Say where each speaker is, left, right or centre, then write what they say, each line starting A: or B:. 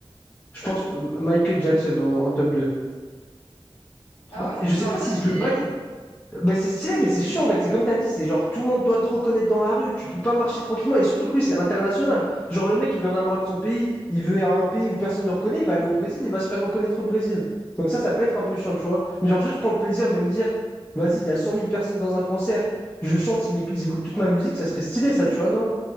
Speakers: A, on the left; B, on the left.
A: Je pense euh, Michael Jackson en, en top 2.
B: Ah
A: En
B: ouais?
A: fait, je sais
B: Non,
A: pas
B: ça,
A: si
B: stylé.
A: je le valide. Bah, c'est stylé, mais c'est chiant en fait. C'est comme t'as dit, c'est genre tout le monde doit te reconnaître dans la rue. Tu peux pas marcher tranquillement. Et surtout que lui, c'est international. Genre le mec, il en a marre de son pays. Il veut aller à un pays où personne ne le reconnaît. Il va aller au Brésil. Il va se faire reconnaître au Brésil. Donc ça, ça peut être un peu chiant, tu vois. Mais genre juste pour le plaisir de me dire, vas-y, il y a cent mille personnes dans un concert. Je chante, ils, m'éc- ils écoutent toute ma musique. Ça serait stylé, ça, tu vois, non?